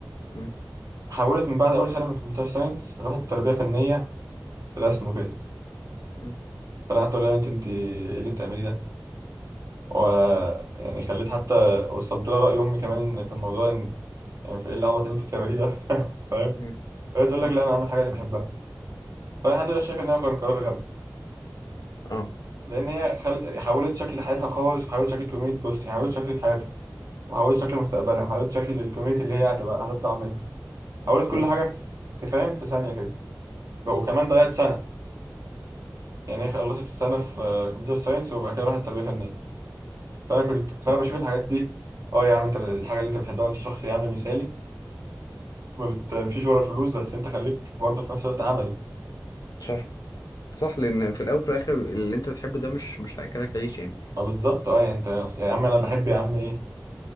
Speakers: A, on the left (about 55°); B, on the right (about 50°).
A: مم.
B: حولت من بعد اول سنه من كمبيوتر ساينس راحت تربيه فنيه رسم وكده
A: مم.
B: فقعدت اقول لها يا بنت انت ايه اللي بتعملي ده و يعني خليت حتى وصلت لها راي امي كمان في الموضوع ان يعني في ايه العبط اللي انت بتعمليه ده <laughs> فاهم
A: مم.
B: فهي تقول
A: صح
B: لك لا انا اعمل حاجه اللي بحبها فانا لحد دلوقتي شايف ان هو كان قرار غبي
A: اه
B: لان هي خل... حولت شكل حياتها خالص وحولت شكل الكوميونتي بص حولت شكل حياتها وحولت شكل مستقبلها وحولت شكل الكوميونتي اللي هي هتبقى هتطلع منها حولت كل
A: صح
B: حاجه في فاهم في ثانيه كده وكمان ضيعت سنه يعني هي خلصت السنه في كمبيوتر ساينس وبعد كده راحت تربيه فنيه فانا كنت فانا
A: صح
B: بشوف الحاجات دي اه يا عم انت الحاجه اللي انت بتحبها وانت شخص يا عم مثالي ما بتمشيش ورا الفلوس بس انت خليك برضه في نفس الوقت عملي
A: صح صح لان في الاول وفي الاخر اللي انت بتحبه ده مش مش هياكلك عيش يعني
B: ما بالظبط اه يعني انت يا عم انا بحب يا عم ايه